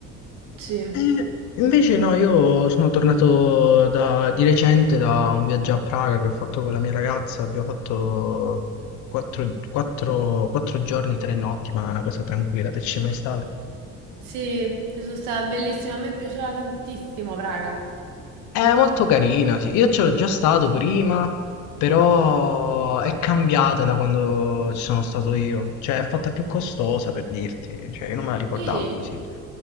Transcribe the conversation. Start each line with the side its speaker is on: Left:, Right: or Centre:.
Right: sì.
Left: Eh, invece no, io sono tornato da- di recente da un viaggio a Praga che ho fatto con la mia ragazza, abbiamo fatto 4, giorni, 3 notti, ma una cosa tranquilla, te ci sei mai stata?
Right: Sì, ci sono stata bellissima, a me piaceva tantissimo, raga.
Left: È molto carina, sì. Io c'ero già stato prima, però è cambiata da quando ci sono stato io. Cioè, è fatta più costosa per dirti. Cioè, io non me la ricordavo
Right: Sì?
Left: così.